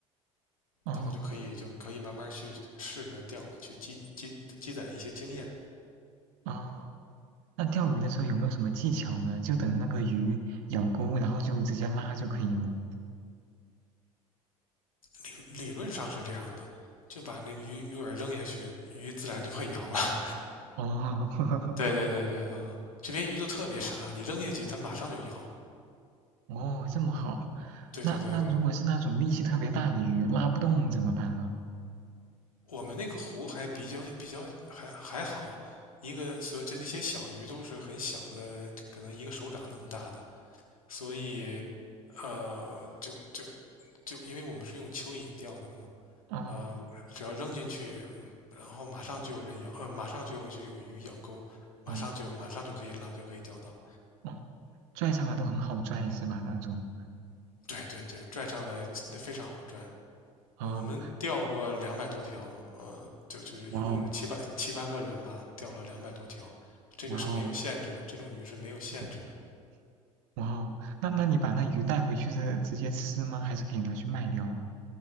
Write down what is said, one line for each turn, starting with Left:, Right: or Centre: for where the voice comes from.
Right: 哦
Left: 然后就可以就可以慢慢去试着钓了，去积积积攒一些经验。
Right: 哦，那钓鱼的时候有没有什么技巧呢？就等那个鱼咬钩，然后就直接拉就可以吗？
Left: 理理论上是这样的，就把那鱼鱼饵扔下去，鱼自然就会咬了。
Right: 哦，<laughs>
Left: <laughs> 对对对对，嗯，这边鱼都特别傻，你扔下去它马上就咬。
Right: 哦，这么好。
Left: 对对对对，
Right: 那那如果是那种力气特别大的鱼，拉不动怎么办啊？
Left: 我们那个湖还比较比较还还好，一个所就那些小鱼都是很小的，可能一个手掌那么大的。所以呃，就就就因为我们是用蚯蚓钓的嘛，
Right: 哦
Left: 呃，只要扔进去，然后马上就有人咬，呃，马上就有就有鱼咬钩，马上就马上就可以拉，
Right: 哦
Left: 就可以钓到。
Right: 哦，拽上来都很好拽是吧？那种
Left: 对对对，拽上来那非常好拽。
Right: 啊，
Left: 我们钓过两百多条，呃，就就是一共是七八七八个人吧，
Right: 哇哦
Left: 钓了两百多条，这个是没有限制的，
Right: 哇哦
Left: 这种鱼是没有限制的。
Right: 嗯哇哦，那那你把那鱼带回去是直接吃吗？还是可以拿去卖掉啊？